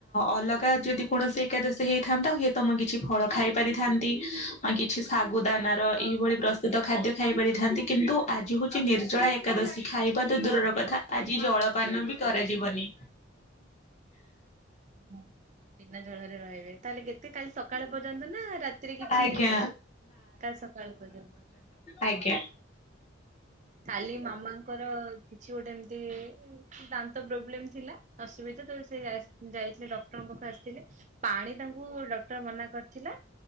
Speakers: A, on the left; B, on the right.
A: ଅଲଗା ଯଦି କୌଣସି ଏକାଦଶୀ ହେଇଥାନ୍ତା ତ ମୁଁ କିଛି ଫଳ ଖାଇ ପାରିଥାନ୍ତି, କିଛି ଶାଗୁ ଦାନାର
B: ଓ
A: ଏଇଭଳି ପ୍ର ଶୁଦ୍ଧ ଖାଦ୍ୟ ଖାଇ ପାରିଥାନ୍ତି, କିନ୍ତୁ ଆଜି ହଉଛି ନିର୍ଜଳା ଏ ଏକାଦଶୀ ଖାଇବା ତ ଦୂରର କଥା, ଆଜି ଜଳପାନ ବି କରାଯିବନି।
B: ବିନା ଜଳରେ ରହିବେ। ତାହେଲେ କେତେ କାଲି ସକାଳ ପର୍ଯ୍ୟନ୍ତ ନା, ରାତିରେ କିଛି
A: ଆଜ୍ଞା
B: କାଲି ସକାଳ ପର୍ଯ୍ୟନ୍ତ।
A: ଆଜ୍ଞା।
B: କାଲି ମାମାଙ୍କର କିଛି ଗୋଟେ ଏମିତି ଦାନ୍ତ ପ୍ରୋବ୍ଲେମ ଥିଲା ଅସୁବିଧା ତ ସେ ଯାଇ ଯାଇଥିଲେ, ଡକ୍ଟରଙ୍କ ପାଖକୁ ଆସିଥିଲେ। ପାଣି ତାଙ୍କୁ ଡକ୍ଟର ମନା କରିଥିଲା।